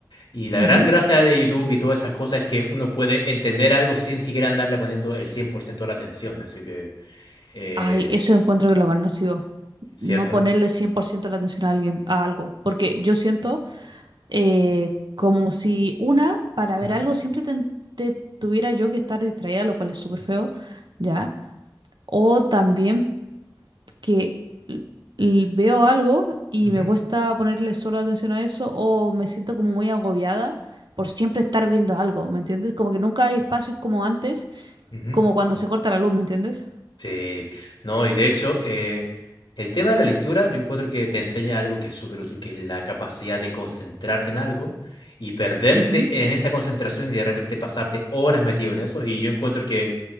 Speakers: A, on the left; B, on the right.
A: y la
B: Ujú.
A: gran gracia de YouTube y todas esas cosas es que uno puede entender algo sin siquiera andarle poniendo el 100% de la atención. Así que, eh,
B: Ay, eso encuentro que es lo más nocivo.
A: ¿cierto?
B: no ponerle 100% la atención a alguien, a algo. Porque yo siento eh, como si una, para ver
A: Ujú,
B: algo, siempre te, te tuviera yo que estar distraída, lo cual es súper feo, ¿ya? O también que l- l- veo algo y
A: ujú,
B: me cuesta ponerle solo atención a eso, o me siento como muy agobiada por siempre estar viendo algo, ¿me entiendes? Como que nunca hay espacios como antes,
A: ujú.
B: como cuando se corta la luz, ¿me entiendes?
A: Sí, no, y de hecho, eh, el tema de la lectura, yo encuentro que te enseña algo que es súper útil, que es la capacidad de concentrarte en algo y perderte
B: Ujú.
A: en esa concentración y de repente pasarte horas metido en eso. Y yo encuentro que